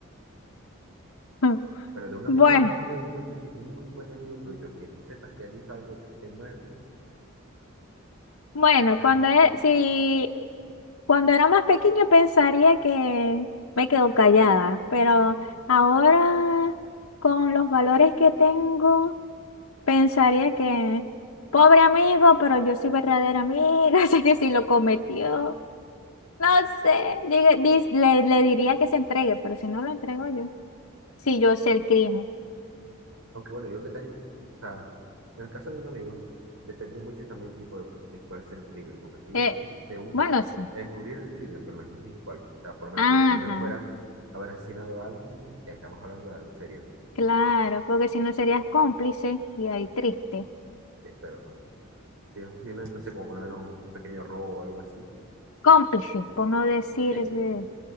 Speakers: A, on the left; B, on the right.
A: <laughs>
B: Pero de un amigo
A: Bueno.
B: hablamos de un buen ami- un muy buen amigo tuyo, que tú sepas que él hizo algo que esté mal,
A: Bueno,
B: ajá,
A: cuando, e- si, Cuando era más pequeña pensaría que me quedo callada, pero ahora con los valores que tengo, pensaría que pobre amigo, pero yo soy verdadera amiga, <laughs> así que si lo cometió, no sé, diga- dis- le, le diría que se entregue, pero si no lo entrego yo, si yo sé el crimen.
B: Aunque bueno, yo creo que también, o sea, en el caso de un amigo, depende mucho también tipo de, de cuál sea el crimen, porque aquí dice
A: Eh,
B: de un,
A: bueno, sí.
B: encubrir el crimen, pero no especifica cuál. O sea, por lo menos
A: Ajá,
B: si el crimen fuera haber asesinado a alguien, ya estamos hablando de algo serio.
A: claro, porque si no serías cómplice y ahí triste.
B: Sí, pero si es posible, no sé, como por lo menos un pequeño robo o algo así,
A: cómplice, por no decir...
B: sí.
A: eh,